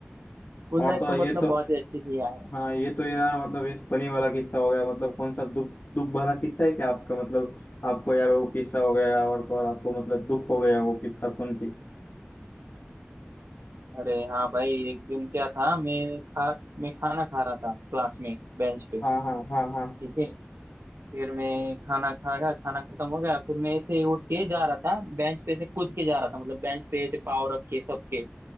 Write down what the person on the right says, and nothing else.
स्कूल
लाइफ
तो
मतलब
बहुत ही अच्छी थी यार
अरे हाँ भाई एक दिन क्या था मैं खा मैं खाना खा रहा था क्लास में बेंच पे
ठीक है फिर मैं खाना खा गया खाना खत्म हो गया फिर मैं ऐसे ही उठ के जा रहा था बेंच पे से कूद के जा रहा था मतलब बेंच पे ऐसे पाँव रख के सबके